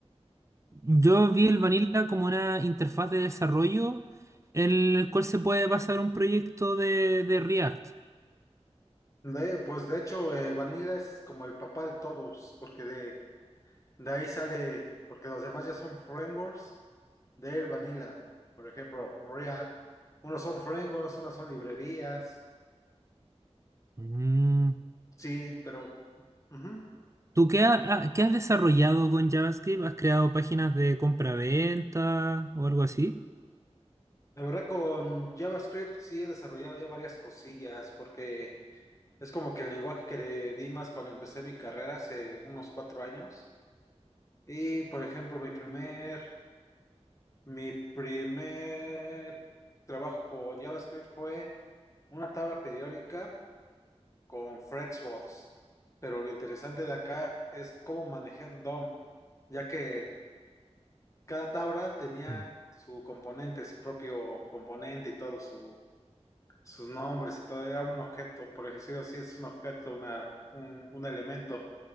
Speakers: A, on the right; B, on the left.
A: Yo vi el Vanilla como una interfaz de desarrollo en el cual se puede pasar un proyecto de, de React.
B: De- pues de hecho, el Vanilla es como el papá de todos, porque de, de ahí sale, porque los demás ya son frameworks del Vanilla, por ejemplo, React. Unos son frameworks, unos son librerías.
A: Mm,
B: Sí, pero ujú.
A: ¿Tú qué, ha- ha- qué has desarrollado con JavaScript? ¿Has creado páginas de compra-venta o algo así?
B: La verdad con JavaScript sí he desarrollado ya varias cosillas porque es como que el lenguaje que le di más cuando empecé mi carrera hace unos cuatro años. Y por ejemplo, mi primer, mi primer trabajo con JavaScript fue una tabla periódica con Fretbots. Pero lo interesante de acá es cómo manejé DOM, ya que cada tabla tenía
A: Sí.
B: su componente, su propio componente y todo, su, sus nombres y todo, era un objeto, por ejemplo, sí es un objeto, una, un, un elemento,